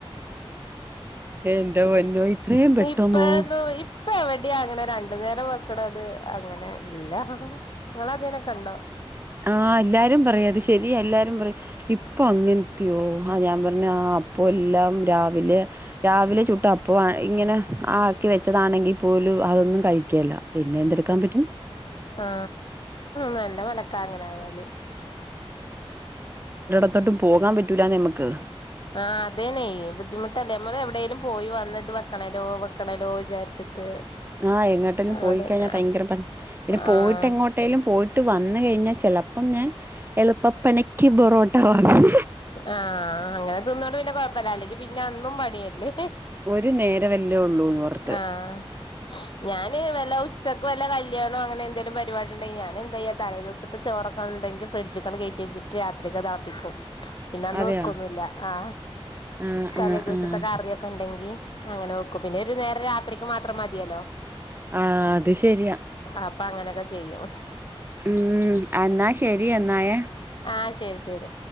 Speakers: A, on the right; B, on the left.
A: എന്റെ പൊന്നോ ഇത്രയും പെട്ടെന്നോ
B: ഇപ്പഴ്ന്നു ഇപ് പ്പെവിടെയാങ്ങനെ രണ്ടു നേരം വെക്കണത് അങ്ങനെ ഇല്ല ങ്ങളങ്ങനെക്കെണ്ടോ?
A: ആ എല്ലാരും പറയത് ശെരിയാ എല്ലാരും പറയും ഇപ്പൊ അങ്ങനെക്കെയോ ആ ഞാൻ പറഞ്ഞ് അപ്പോ എല്ലാം രാ വിലെ രാവിലെ ചുട്ടു അപ്പോ ആ ഇങ്ങനെ ആക്കി വെച്ചതാണെങ്കിൽ പോലും രു അതൊന്നും കഴിക്കേല പിന്നെ എന്തെടുക്കാൻ പറ്റും?
B: ആ നല്ല മലക്കാങ്ങനെ ആയല്.
A: എടതോട്ടും പോകാൻ പറ്റൂലന്നേ നമുക്ക്
B: ആഹ അതേനെയ ബുദ്ധിമുട്ടല്ലേ നമ്മൾ എവിടെലും പോയി വന്നത് ഇതവെക്കണലോ വെക്കണലോ വിചാരിച്ചിട്ട്
A: ആ എങ്ങോട്ടേലും
B: അവിടെ
A: പോയി കഴിഞ്ഞാൽ
B: ആഹ്
A: ഭയങ്കര പണിയപിന്നെ
B: ആഹ്
A: പോയിട്ട് എങ്ങോട്ടേലും പോയിട്ട് വന്നു കഴിഞ്ഞാൽ ചെലപ്പോ പ്പം ഞാൻ എളുപ്പപ്പണിക്ക് ബൊറോട്ട വാങ്ങണം
B: ആ അങ്ങനെ തിന്നോണ്ട് പിന്നെ കൊഴപ്പല്ല അല്ലെങ്കി പിന്നെ അന്നും പണിയല്ലേ
A: ഒരു നേര വല്ലേ ഉള്ളൂന്ന് പുറത്ത്
B: ആഹ് ഞാന് വല്ല ഉച്ചക്ക് വല്ല കല്യാണം അങ്ങനെ എന്തെങ്കലും പരിപാടി ഉണ്ടെിൽ ഞാൻ എന്താ്യ തലേ ദിവസത്തെ ചോറക്കെ ഉണ്ടെങ്കിൽ ഫ്രിഡ്ജൊക്കെ കയറ്റി വെച്ചിട്ട് രാത്രിക്കക്ക്താപ്പിക്കും പിന്നെ അന്ന്
A: അതെയോ
B: വക്കൊന്നല്ല ആ
A: ആഹ്
B: തലേ
A: ആഹ്
B: ദിവസത്തെ
A: ആഹ്
B: കറിയൊക്കെ ഉണ്ടെങ്കി അങ്ങനെ വെക്കും പിന്നെ ഒരു നേരെ രാത്രിക്ക് മാത്രം മതിയല്ലോ
A: ആഹ് അത് ശരിയാ
B: അപ്പൊ അങ്ങനൊക്കെ ചെയ്യും
A: ഉം എന്നാ ശരി എന്നായേ
B: ആ ശരി ശരി